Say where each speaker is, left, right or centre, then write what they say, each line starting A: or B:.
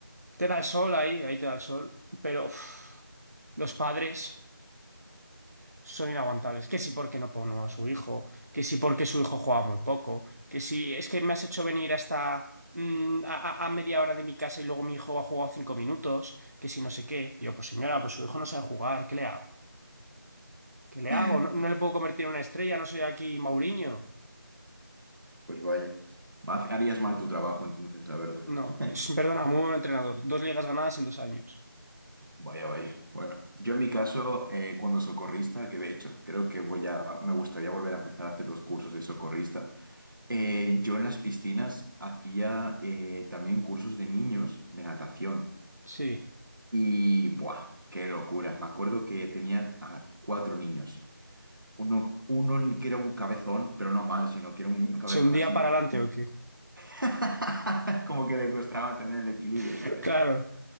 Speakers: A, on the right; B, on the right.
A: Te da el sol ahí, ahí te da el sol. Pero uf, los padres. son inaguantables. Que si porque no pongo a su hijo, que si porque su hijo juega muy poco, que si es que me has hecho venir hasta mm, a, a- a media hora de mi casa y luego mi hijo ha jugado cinco minutos, que si no sé qué. Y yo, pues señora, pues su hijo no sabe jugar, ¿qué le hago? ¿Qué le
B: <laughs>
A: hago? No, no le puedo convertir en una estrella, no soy aquí Mauriño.
B: Pues vaya, harías mal tu trabajo entonces, la verdad.
A: No,
B: <laughs>
A: es, <laughs> perdona, muy buen entrenador. Dos ligas ganadas en dos años.
B: Vaya, vaya. Bueno, yo en mi caso, eh, cuando socorrista, que de hecho creo que voy a, me gustaría volver a empezar a hacer los cursos de socorrista. eh, yo en las piscinas hacía eh, también cursos de niños de natación
A: Sí.
B: y ¡buah! ¡Qué locura! Me acuerdo que tenía a cuatro niños. Uno, uno que era un cabezón, pero no mal, sino que era un niño cabezón
A: ¿Se un día
B: así,
A: para adelante o qué?
B: <laughs> como que le costaba tener el equilibrio,
A: <laughs>
B: ¿sabes?
A: Claro,